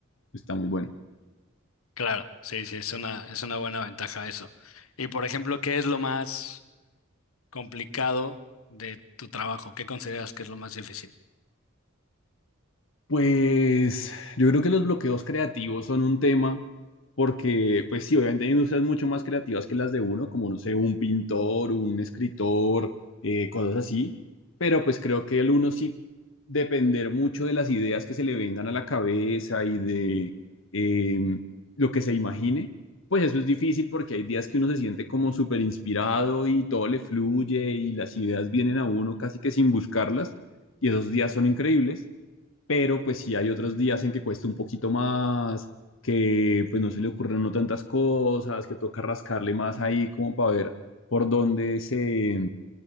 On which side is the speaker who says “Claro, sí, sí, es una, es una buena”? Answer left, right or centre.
Left